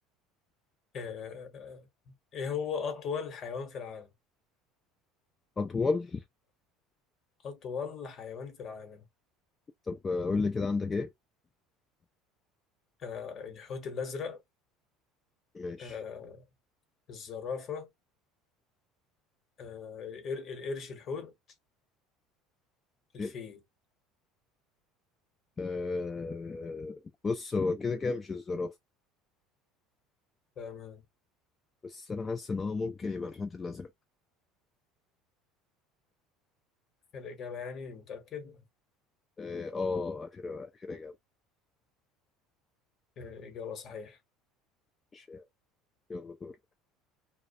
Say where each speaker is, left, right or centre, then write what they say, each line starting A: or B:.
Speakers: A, on the left; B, on the left.
A: آه، آه، ايه هو أطول حيوان في العالم؟
B: أطول
A: أطول حيوان في العالم
B: طب آه، قول لي كده عندك إيه
A: آه، الحوت الأزرق
B: ماشي
A: آه، الزرافة آه، القر- القرش الحوت
B: شيء
A: الفيل
B: آه بص هو كده كده مش الزرافة
A: تمام
B: بس أنا حاسس إن هو ممكن يبقى الحوت الأزرق
A: الإجابة يعني متأكد
B: آه آه، أخيرا أخيرا جامد
A: آه، إجابة صحيحة
B: ماشي، يلا دور